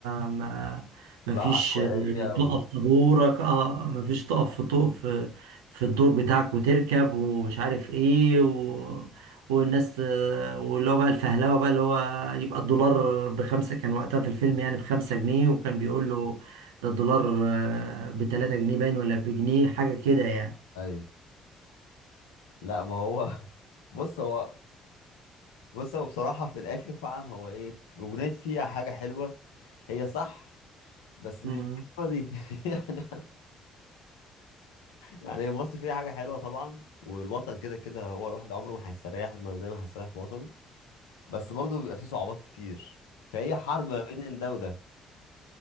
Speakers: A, on the right; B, on the left.
A: ما
B: لا
A: مفيش
B: عشوائيه
A: آه،
B: و...
A: تقف طابورك اه مفيش تقف في طو- في في الدور بتاعك وتركب ومش عارف ايه و... والناس آه، واللي هو بقى الفهلوه بقى اللي هو يبقى الدولار بخمسة كان وقتها في الفيلم يعني بخمسة جنيه وكان بيقول له ده الدولار آه، بتلاتة جنيه باين ولا بجنيه حاجة كده يعني
B: ايوه لا ما هو <laughs> بص هو بص هو بصراحه في الاخر فعلا هو ايه اغنيه فيها حاجه حلوه هي صح بس مش
A: مم.
B: بالحلاوه دي <laughs> يعني يعني انبسط في اي حاجه حلوه طبعا والوطن كده كده هو الواحد عمره ما هيستريح ما زي ما هيستريح في وطنه بس برضه بيبقى فيه صعوبات كتير فهي حرب ما بين ده وده